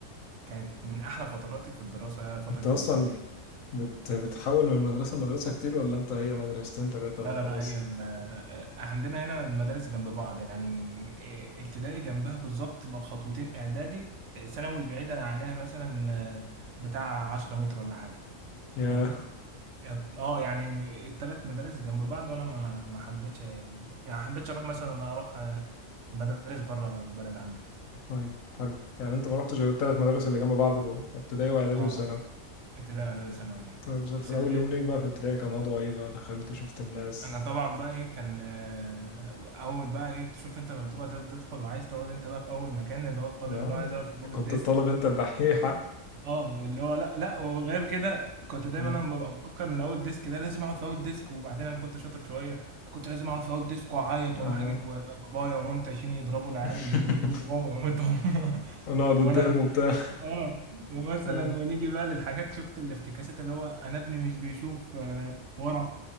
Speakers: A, on the right; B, on the left.
A: كانت من احلى فتراتي في الدراسة فترة
B: انت اصلا
A: الابتدائي
B: بت... بتحول من مدرسة لمدرسة كتير ولا انت هي مدرستين ثلاثة
A: لا
B: وخلاص
A: لا لا هي ال... عندنا هنا المدارس جنب بعض يعني ابتدائي جنبها بالظبط خطوتين اعدادي ثانوي بعيدا عليها مثلا بتاع 10 متر ولا حاجة
B: يا
A: فاهمني اه يعني التلات مدارس جنب بعض وانا ما ما حبيتش ال- يعني ما حبيتش اروح مثلا انا اروح آه، مدارس بره البلد عندي
B: طيب حلو يعني انت ما رحتش غير الثلاث مدارس اللي جنب بعض دول ابتدائي واعدادي
A: اه
B: وثانوي
A: ابتدائي اعدادي ثانوي
B: طيب زي الفل
A: بس اللي
B: اول يوم ليك بقى في ابتدائي كان وضعه ايه بقى دخلت شفت الناس
A: انا طبعا بقى ايه كان آه، اول بقى ايه شفت انت لما بتبقى تد- تدخل وعايز تقعد انت بقى في اول مكان اللي هو الطالب
B: آه.
A: اللي هو عايز يقعد في اول
B: كنت
A: ديسك
B: الطالب انت الدحيحة
A: اه اللي هو لا لا وغير كده كنت دايما
B: آه.
A: انا ببقى مفكر ان اول ديسك ده لازم اقعد في اول ديسك وبعدين انا كنت شاطر شويه كنت لازم اقعد في اول ديسك واعيط
B: آه.
A: واروح اجيب بابايا ومامتي عشان يضربوا العيال
B: <laughs>
A: اللي بيجيبوا باباهم ومامتهم <laughs>
B: ونقعد قدامه
A: وانا
B: وبتاع
A: اه ومثلا
B: آه.
A: ونيجي بقى للحاجات شفت الافتكاسات اللي هو انا ابني مش بيشوف آه، ورا